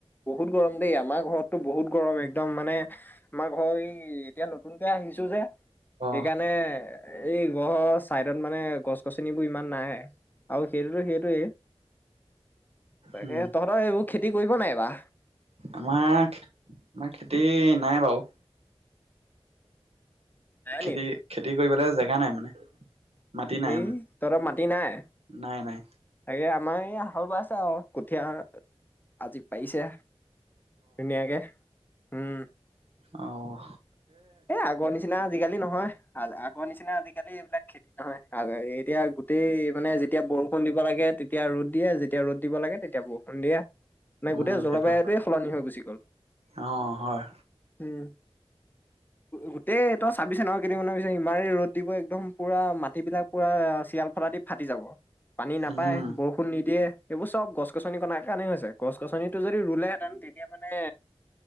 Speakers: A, on the left; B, on the right.
A: বহুত গৰম দেই আমাক ঘৰতটো বহুত গৰম একদম মানে আমাৰ ঘৰ এই এতিয়া নতুনক আহিছো যে সেইকাৰণে
B: অ
A: এই গ়ৰ চাইডত মানে গছ গছনিবোৰ ইমান নাইৱে অ হেৰি হেৰুে তাকে
B: উম
A: তহঁতৰ এইবোৰ খেতি কৰিব নাই বাা
B: আমাৰ আমাৰ খেতি নাই বাৰু
A: নাই
B: খেতি
A: নি?
B: খেতি কৰিবলৈ জেগা নাই মানে মাটি নাই
A: এই
B: আমাৰ
A: তহঁত মাটি নাই
B: নাই নাই
A: তাকে মাই হালবাই আছা আৰু কঠীয়া আজি পাইছে ধুনীয়াকে উম
B: আহ
A: এ আগৰ নিচিনা আজিকালি নহয় আ আগৰ নিচিনা আজিকালি এইবিলাক খেতি নহয় আৰু এতিয়া তেেই মানে যেতিয়া বৰষুণ দি দিব লাগে তেতিয়া ৰ'দ দিয়ে যেতিয়া ৰ'দ দিব লাগে তেতিয়া বৰষুণ দিয়ে মানে
B: উম
A: গোটেই জলবায়ুটোৱে
B: সেইটো হয়
A: সলনি হৈ গুচি গল
B: অ হয়
A: উম গোটেই তই চাবিছ ন কেদিন মানৰ ইিমাৰি ৰ'দ দিব একদম পুৰা মাটিবিলাক পুৰা চিয়াল ফটাা দি ফাটি যাব পানী নাপায়
B: উম
A: বৰষুণ নিদিয়ে এইেইবোৰ চব গছ গছনি কণাৰ কাৰণে হৈছে গছ গছনিটো যদি ৰুলেহেঁতেন তেতিয়া মানে